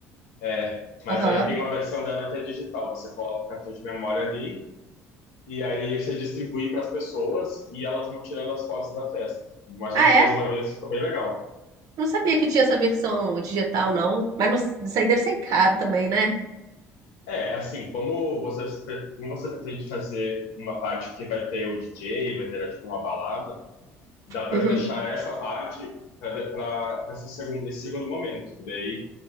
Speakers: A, on the left; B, on the right.
A: É, mas
B: Aham.
A: aí tem uma versão dela que é digital. Você coloca o cartão de memória ali e aí você distribui para as pessoas e elas vão tirando as fotos da festa. Como A gente
B: Ah, é?
A: fez uma vez, ficou bem legal.
B: Não sabia que tinha essa versão digital, não. Mas não- isso aí deve ser caro também, né?
A: É, assim, como você, como você pretende fazer uma parte que vai ter o DJ, vai ter tipo uma balada, dá para
B: Uhum,
A: deixar essa parte para esse segundo, esse segundo momento, que daí